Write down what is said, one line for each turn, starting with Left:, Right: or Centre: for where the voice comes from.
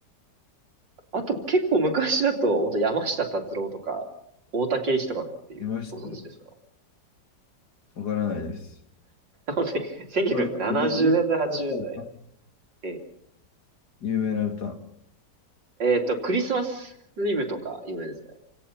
Right: あと結構昔だと、本当山下達郎とか、大竹一とかっていう、
Left: いましたが、
Right: ご存知ですか
Left: わからないです。
Right: 本当に1970年代、
Left: そうなんか有名な歌か、
Right: 80年代。え
Left: 有名な歌。
Right: ええーと、クリスマスイブとか有名ですね。